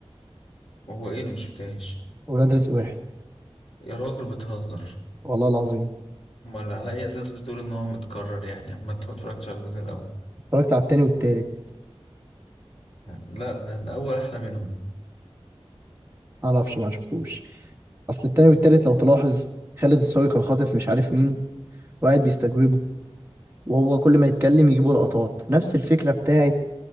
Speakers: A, on the left (about 70°); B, on the right (about 20°).
A: هو ايه اللي ما شفتهاش
B: ولاد رزق واحد
A: يا راجل بتهزر
B: والله العظيم
A: امال على اي اساس بتقول ان هو متكرر يعني اما انت ما اتفرجتش على الجزء الاول
B: اتفرجت على التاني والتالت
A: لا ده الاول احلى منهم
B: معرفش ما شفتوش اصل التاني والتالت لو تلاحظ خالد الصاوي كان خاطف مش عارف مين وقاعد بيستجوبه وهو كل ما يتكلم يجيبوا لقطات نفس الفكرة بتاعت